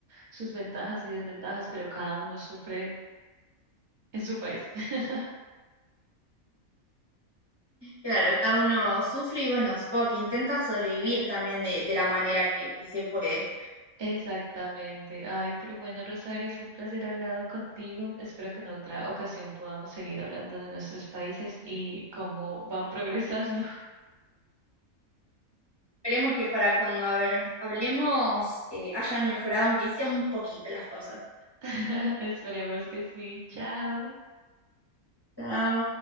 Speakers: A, on the right (about 40°); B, on the left (about 20°).
A: sus ventajas y desventajas, pero cada uno sufre en su país. <laughs>
B: Claro, cada uno sufre y bueno, supongo que intenta sobrevivir también de, de la manera que, que se puede.
A: Exactamente. Ay, pero bueno, Rosario, fue un placer hablado contigo. Espero que en otra ocasión podamos seguir hablando de nuestros países y cómo van progresando.
B: Esperemos que para cuando hab- hablemos eh, hayan mejorado, aunque sea un poquito las cosas.
A: <laughs> Esperemos que sí. Chao.
B: Chao.